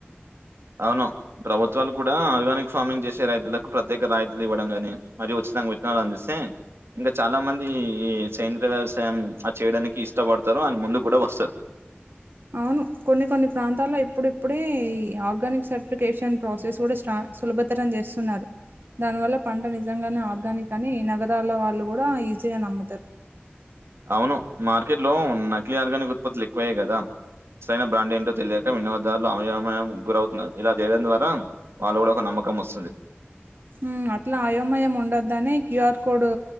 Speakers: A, on the right; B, on the right.
A: అవును ప్రభుత్వాలు కూడా ఆర్గానిక్ ఫార్మింగ్ చేసే రైతులకు ప్రత్యేక రాయితులు ఇవ్వడం గాని మరి ఉచ్చిత్ తంగ్ వెట్నర్ అన్పిసే ఇంకా చాలా మంది ఈ సేంద్రియా వ్యవసాయం అది చేయడానికి ఇష్టవడతారో అన్ ముందు కూడా వస్తారు.
B: అవును, కొన్ని కొన్ని ప్రాంతాల్లో ఇప్పుడిప్పుడే ఈ ఆర్గానిక్ సర్టిఫికేషన్ ప్రాసెస్ కూడా స్టా సులభతరం జేసున్నారు. దానివల్ల పంట నిజంగానే ఆర్గానిక్ అని నగదాల వాళ్ళు గూడా ఈజీగా నమ్ముతర్.
A: అవును మార్కెట్ లో నకిలీ ఆర్గానిక్ ఉత్పత్తులు ఎక్కువై గదా. సరైన బ్రాండ్ ఏంటో తెలియక వినియోదారులు అవయమయం గురవుతున్నారు ఇలా జేయడం ద్వారా వాళ్ళ గూడా ఒక నమ్మకం వసుంది.
B: హు అట్లా అయోమయం ఉండొద్దనే క్యూఆర్ కోడు